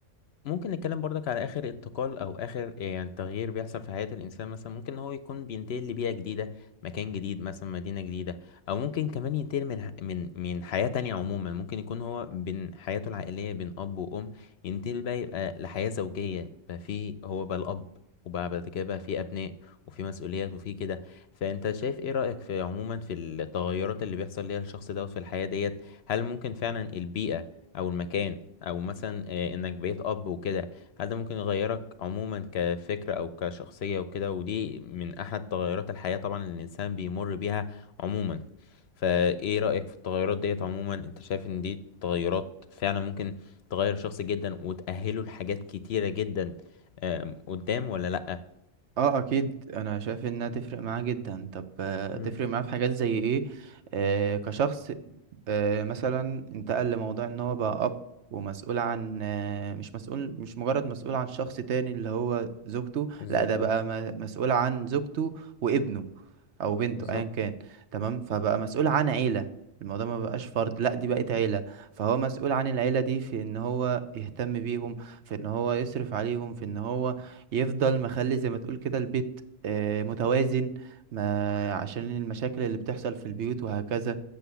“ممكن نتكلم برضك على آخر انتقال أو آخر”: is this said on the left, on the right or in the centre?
Left